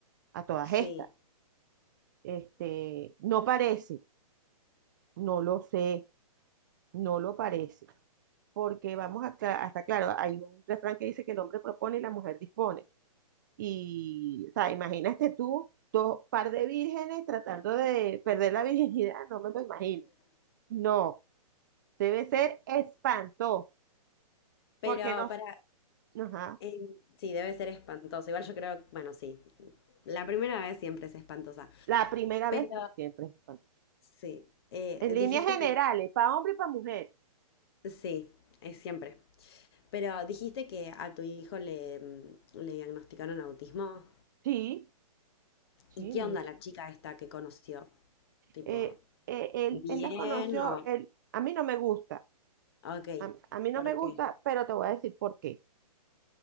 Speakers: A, on the right (about 30°); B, on the left (about 40°).
A: a todas
B: sí.
A: estas. Este, no parece, no lo sé, no lo parece. Porque vamos a, hasta claro, hay un refrán que dice que el hombre propone y la mujer dispone. Y, o sea, imagínate tú, dos par de vírgenes tratando de perder la virginidad, no me lo imagino. No, debe ser espanto,
B: Pero
A: porque nos,
B: para,
A: ajá,
B: Eh, sí, debe ser espantoso. Igual yo creo, bueno, sí, la primera vez siempre es espantosa.
A: la primera
B: Pero
A: vez siempre es espanto.
B: sí, eh,
A: En líneas
B: dijiste
A: generales,
B: que,
A: para hombre y para mujer.
B: sí, es siempre. Pero dijiste que a tu hijo le, mm, le diagnosticaron autismo.
A: Sí, sí,
B: ¿Y qué
A: mi.
B: onda la chica esta que conoció? Tipo,
A: eh, eh, él,
B: ¿bien
A: él las conoció,
B: o...?
A: él, a mí no me gusta,
B: Ok,
A: a, a mí no
B: ¿por
A: me gusta,
B: qué?
A: pero te voy a decir por qué.